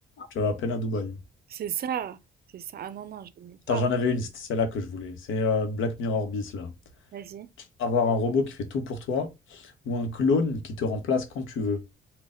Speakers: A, on the left; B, on the right.
A: Tu vas à peine à Dubaï.
B: C'est ça, c'est ça. Ah non, non, je vais nulle
A: Attends,
B: part.
A: j'en avais une, c'était celle-là que je voulais. C'est euh, Black Mirror bis, là.
B: Vas-y.
A: Avoir un robot qui fait tout pour toi, ou un clone qui te remplace quand tu veux.